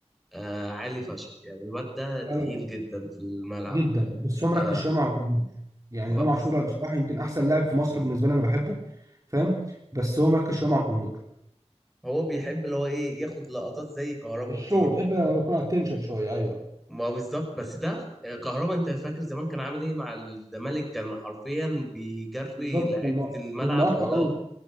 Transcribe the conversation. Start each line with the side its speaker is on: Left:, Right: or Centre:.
Centre: آه عالي فشخ يعني الواد ده
Right: لا
Centre: تقيل
Right: لا
Centre: جدا في الملعب
Right: جدا بس هو مركز
Centre: آه
Right: شويه مع اوتومير يعني
Centre: ما
Right: امام
Centre: بز-
Right: عاشور لا، بصراحه يمكن احسن لاعب في مصر بالنسبه لي انا بحبه فاهم بس هو مركز شويه مع الجمهور
Centre: هو بيحب اللي هو ايه ياخد لقطات زي كهربا
Right: الشو
Centre: كتير
Right: بحب يكون على التنشن شويه ايوه
Centre: ما بالظبط بس ده آه، كهربا انت فاكر زمان كان عامل ايه مع الزمالك كان حرفيا بيجري
Right: بالظبط
Centre: لعيبة
Right: كان م-
Centre: الملعب
Right: كان مقطع
Centre: وراه
Right: ايوه